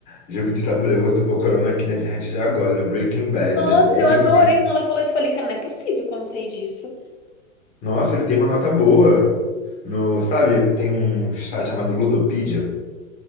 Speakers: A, on the left; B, on the left.
A: Jogo de tabuleiro, eu tô procurando aqui na internet já agora. Breaking Bad,
B: Nossa,
A: The Board
B: eu adorei
A: Game.
B: quando ela falou isso. Eu Falei, cara, não é possível que eu não sei disso.
A: Nossa, ele tem uma nota boa. No, sabe, tem um site chamado Ludopedia.